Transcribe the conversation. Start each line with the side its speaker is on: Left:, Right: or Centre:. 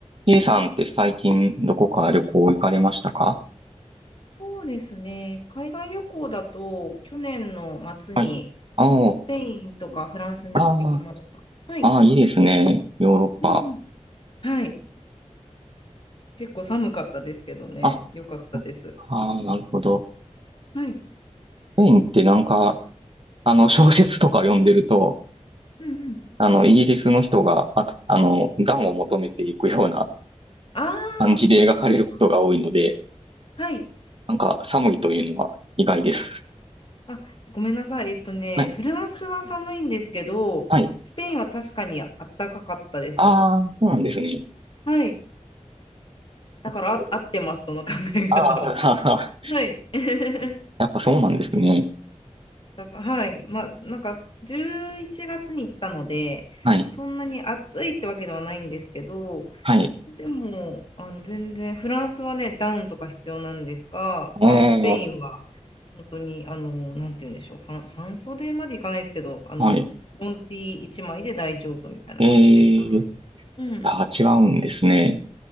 Right: K さんって最近どこか旅行行かれましたか
Left: そうですね。海外旅行だと、去年の末に
Right: はい。あ
Left: スペインとかフランスに行ってきました。
Right: あ、あ
Left: はい。
Right: あ、あーいいですね。ヨーロッパ。
Left: うんうん。はい。結構寒かったですけどね。
Right: あ、
Left: よかったです。
Right: ああ、なるほど。
Left: はい。
Right: スペインってなんか、あの、小説とか読んでると、
Left: うんうん。
Right: あの、イギリスの人が、あ、あの、暖を求めていくような
Left: ああ、
Right: 感じで描かれることが多いので、
Left: そうです。はい。
Right: なんか寒いというのは意外です。
Left: あ、ごめんなさい。えっとね、
Right: はい。
Left: フランスは寒いんですけど、
Right: はい。
Left: スペインは確かにあったかかったです。
Right: ああ、そうなんですね。
Left: はい。だからあ、
Right: <laughs>
Left: 合ってます、その考え方は。
Right: ああ、
Left: <laughs> はい。<laughs>
Right: <laughs> やっぱそうなんですね。
Left: だから、はい。まあ、なんか、11月に行ったので、
Right: はい。
Left: そんなに暑いってわけではないんですけど、
Right: はい。
Left: でも、あの、全然、フランスはね、ダウンとか必要なんですが、
Right: お
Left: あの、スペインは、
Right: ー、
Left: 本当に、あの、なんて言うんでしょう、半、半袖までいかないですけど、あの、
Right: はい。
Left: ボンティ1枚で大丈夫みたいな感じでしたね。
Right: ええ
Left: うん。
Right: あ、違うんですね。